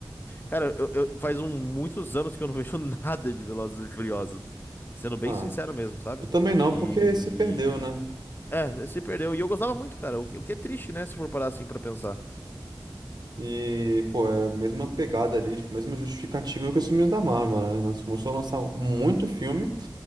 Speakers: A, on the left (about 25°); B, on the right (about 55°).
A: Cara, eu, eu- faz um, muitos anos que eu não vejo <laughs> nada de Velozes e Furiosos. Sendo bem
B: Ah,
A: sincero mesmo, sabe?
B: eu também não,
A: E.
B: porque se perdeu, né?
A: É, se perdeu. E eu gostava muito, cara. O que, o que é triste, né? Se for parar assim pra pensar.
B: E, pô, é a mesma pegada ali, tipo, a mesma justificativa que os filmes da Marvel, né? Nós começamos a lançar muito filme